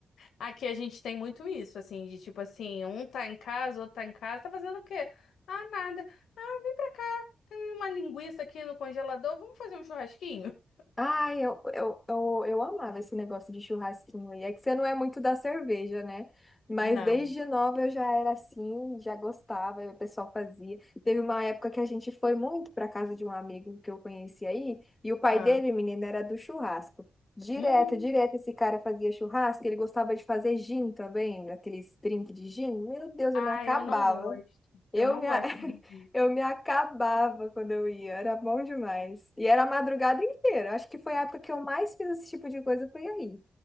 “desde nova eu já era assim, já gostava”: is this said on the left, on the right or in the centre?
Left